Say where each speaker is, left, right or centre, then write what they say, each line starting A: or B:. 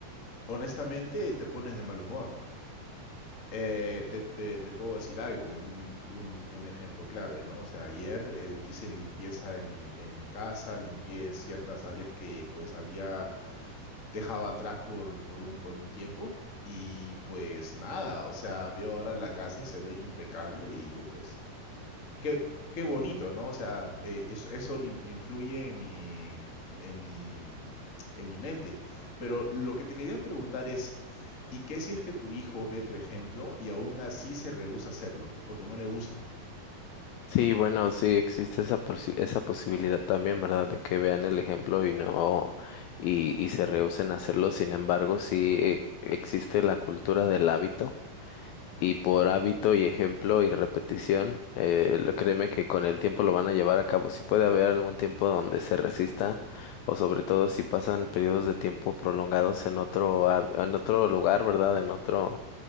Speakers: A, on the left; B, on the left.
A: Honestamente, te pones de mal humor. Eh, te, te- te puedo decir algo, un, un- un ejemplo clave, ¿no? O sea, ayer eh, hice limpieza en mi, en mi casa, limpié ciertas áreas que pues había dejaba atrás por, por un, por un tiempo y pues nada, o sea, veo ahora la casa y se ve impecable y digo pues, qué, qué bonito, ¿no? O sea, eh, eso, eso in- influye en mi, en mi, en mi mente. Pero lo que te quería preguntar es, ¿y qué si es que tu hijo ve tu ejemplo y aún así se rehúsa a hacerlo porque no le gusta?
B: Sí, bueno, sí existe esa posi- esa posibilidad también, ¿verdad? De que vean el ejemplo y no y, y se rehúsen a hacerlo. Sin embargo, sí eh, existe la cultura del hábito y por hábito y ejemplo y repetición, eh, lo- créeme que con el tiempo lo van a llevar a cabo. Sí puede haber algún tiempo donde se resistan o sobre todo si pasan periodos de tiempo prolongados en otro hab- en otro lugar, ¿verdad? En otro